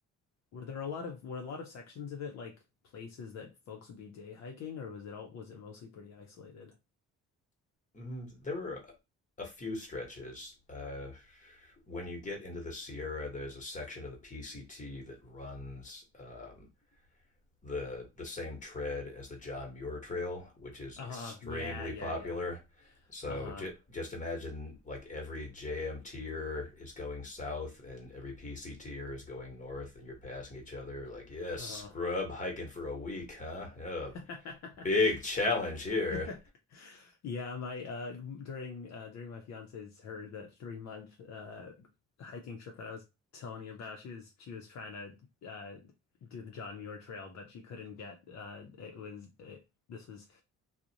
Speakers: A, on the left; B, on the left.
A: were there a lot of were a lot of sections of it like places that folks would be day hiking or was it all was it mostly pretty isolated?
B: Mm, there were a few stretches. Uh, when you get into the Sierra, there's a section of the PCT that runs um, the the same tread as the John Muir Trail, which is
A: Uh-huh.
B: extremely
A: Yeah, yeah,
B: popular.
A: yeah.
B: So
A: Uh-huh.
B: j- just imagine like every JM tier is going south and every PC tier is going north, and you're passing each other. Like, yes, yeah, scrub
A: Uh-huh.
B: hiking for a week, huh? Yeah,
A: <laughs>
B: big challenge here.
A: <laughs> Yeah, my uh during uh during my fiance's her the three month uh hiking trip that I was telling you about, she was she was trying to uh do the John Muir Trail, but she couldn't get uh it was it, this was